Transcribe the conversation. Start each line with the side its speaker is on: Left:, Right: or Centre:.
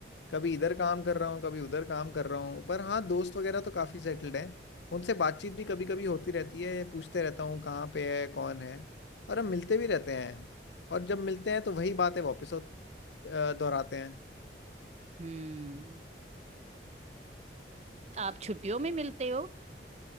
Left: कभी इधर काम कर रहा हूँ कभी उधर काम कर रहा हूँ पर हाँ दोस्त वगैरह तो काफी सेटल्ड हैं उनसे बातचीत भी कभी कभी होती रहती है पूछते रहता हूँ कहाँ पे है कौन है और हम मिलते भी रहते हैं और जब मिलते हैं तो वही बातें वापस हो- अ, दोहराते हैं
Right: हम्म आप छुट्टियों में मिलते हो